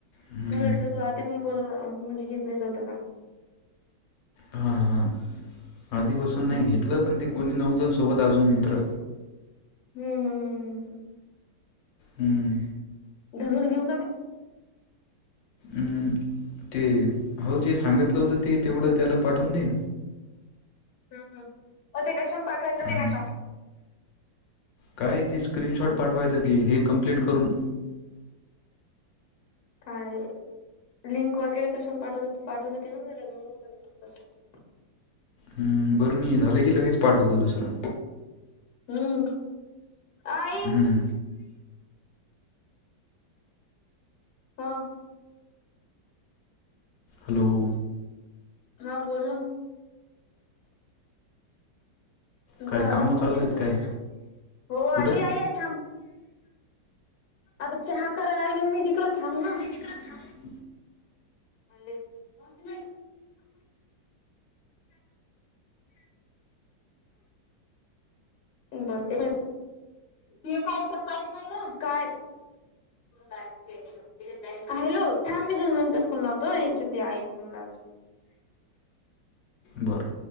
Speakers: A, on the left; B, on the left.
A: हम्म.
B: मला वाटलं तू आधी पण बोल <unintelligible> म्हणजे घेतलेलं होतं का.
A: हा हा हा आधीपासून
B: हम्म
A: नाही घेतलं पण ते कोणी नव्हतं ना सोबत अजून मित्र.
B: हम्म हम्म हम्म हम्म हम्म.
A: हम्म.
B: धनूल देऊ का मी?
A: अम ते हो जे सांगितलं होतं ते तेवढं त्याला पाठवून दे.
B: <unintelligible> मग ते कशाला पाठवायचं मग
A: हां.
B: आता.
A: काय ती स्क्रीनशॉट पाठवायचं ते हे कंम्प्लीट करून.
B: काय लिंक वगैरे कशानं पाठवत तू पाठवली होती ना म्हणून. <unintelligible>
A: हम्म बरं मी हे झालं की लगेच पाठवतो दुसरा.
B: हम्म अय
A: हूं!
B: हं!
A: हॅलो!
B: हा बोल ना. तू
A: काय
B: त आलाच
A: कामं चालू
B: नाही इकडं
A: आहेत काय
B: हो
A: कुठं
B: आली आई ये थांब. अगं चहा करायला लागली मी तिकडं थांब ना.
A: तिकडं थांब.
B: म्हणले मावशीला. बर ते काही काईच नाही ना काय. <unintelligible> हॅलो थांब मी तुला नंतर फोन लावतो. याच्या त्या आईला फोन लावायचा.
A: बरं